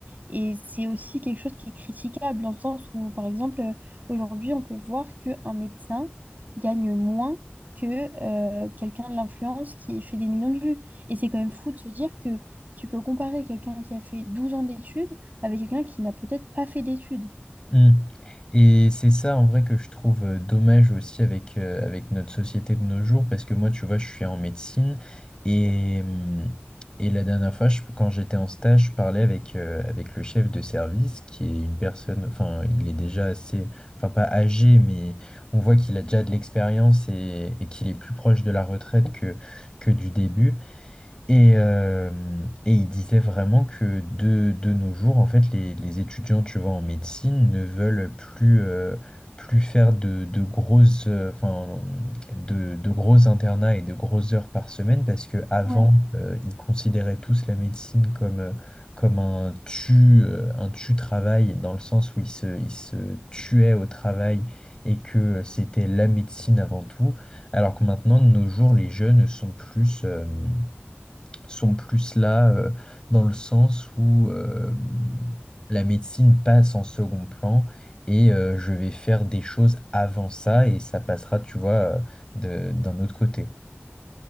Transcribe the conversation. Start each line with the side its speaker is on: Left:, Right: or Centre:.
Right: Et c'est aussi quelque chose qui est critiquable dans le sens où, par exemple, euh, aujourd'hui, on peut voir qu'un médecin gagne moins que euh, quelqu'un de l'influence qui fait des millions de vues. Et c'est quand même fou de se dire que tu peux comparer quelqu'un qui a fait 12 ans d'études avec quelqu'un qui n'a peut-être pas fait d'études.
Left: Mm. Et c'est ça en vrai que je trouve euh, dommage aussi avec, euh, avec notre société de nos jours, parce que moi, tu vois, je suis en médecine et, hum, et la dernière fois, je- quand j'étais en stage, je parlais avec, euh, avec le chef de service, qui est une personne, enfin, il est déjà assez, enfin, pas âgé, mais on voit qu'il a déjà de l'expérience et, et qu'il est plus proche de la retraite que, que du début. Et, euh, et il disait vraiment que de, de nos jours, en fait, les, les étudiants, tu vois, en médecine ne veulent plus, euh, plus faire de, de grosses, euh, enfin, de, de gros internats et de grosses heures par semaine parce que avant,
Right: Ouais.
Left: euh, ils considéraient tous la médecine comme, euh, comme un tu, euh, un tu-travail dans le sens où ils se, ils se tuaient au travail et que c'était la médecine avant tout. Alors que maintenant, de nos jours, les jeunes sont plus... euh, sont plus là euh, dans le sens où euh, la médecine passe en second plan et euh, je vais faire des choses avant ça et ça passera, tu vois, euh, de- d'un autre côté.